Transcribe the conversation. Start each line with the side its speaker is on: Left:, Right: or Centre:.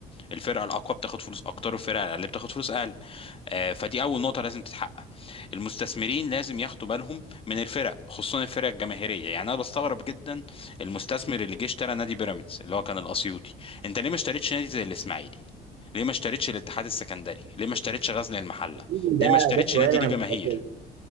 Left: الفرقه الاقوى بتاخد فلوس اكتر والفرقه الاقل بتاخد فلوس اقل آه، فدي اول نقطه لازم تتحقق المستثمرين لازم ياخدوا بالهم من الفرق خصوصا الفرق الجماهيريه يعني انا بستغرب جدا المستثمر اللي جه اشترى نادي بيراميدز اللي هو كان الاسيوطي انت ليه ما اشتريتش نادي زي الاسماعيلي ليه ما اشتريتش الاتحاد السكندري ليه ما اشتريتش غزل المحله
Right: ده
Left: ليه ما اشتريتش
Right: ده سؤال
Left: نادي
Right: انا
Left: ليه جماهير
Right: محتاج